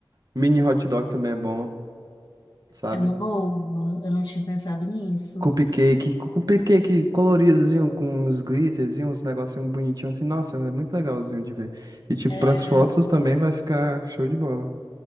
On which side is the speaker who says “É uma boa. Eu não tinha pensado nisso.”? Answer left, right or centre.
Left